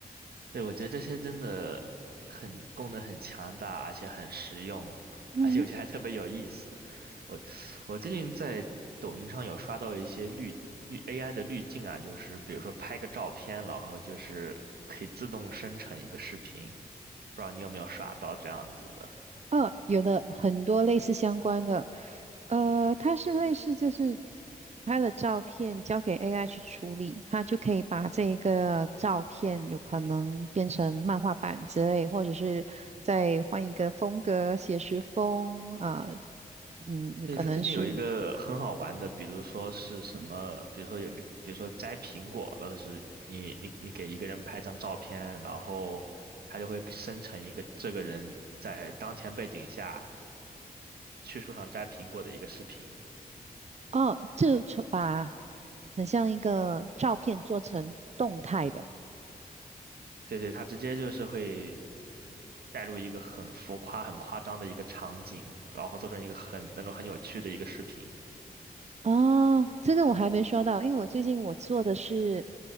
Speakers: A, on the right; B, on the right.
A: 对，我觉得这些真的很功能很强大，而且很实用，
B: 嗯，
A: 而且有些还特别有意思。我我最近在抖音上有刷到一些滤滤 AI 的滤镜啊，就是比如说拍个照片，然后就是可以自动生成一个视频，不知道你有没有刷到这样子的？
B: 呃，有的很多类似相关的，呃，它是类似就是拍了照片交给 AI 去处理，它就可以把这个照片有可能变成漫画版之类，或者是再换一个风格，写实风啊，嗯，
A: 对，
B: 可能是。
A: 它最近有一个很好玩的，比如说是什么，
B: 嗯
A: 比如说有个，比如说摘苹果了，是你你你给一个人拍张照片，然后他就会生成一个这个人在当前背景下去树上摘苹果的一个视频。
B: 哦，就出把很像一个照片做成动态的。
A: 对对，他直接就是会带入一个很浮夸、很夸张的一个场景，然后做成一个很那种很有趣的一个视频。
B: 哦，这个我还没刷到，因为我最近我做的是，